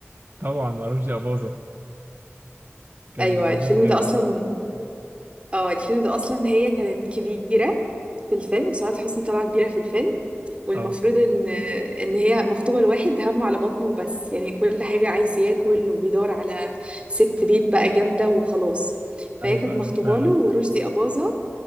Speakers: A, on the right; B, on the right.
A: طبعا معرفش يا باظة كان
B: أيوة
A: لذيذ
B: الفيلم
A: جدا
B: ده أصلا اه الفيلم ده أصلا هي كانت كبيرة في الفيلم سعاد حسني طالعة كبيرة في الفيلم والمفروض
A: اه
B: ان ان هي مخطوبه لواحد همه على بطنه وبس يعني كل حاجه عايز ياكل وبيدور على ست بيت بقى جامده وخلاص فهي
A: ايوه
B: كانت مخطوبه
A: ايوه فعلا
B: له ورشدي اباظه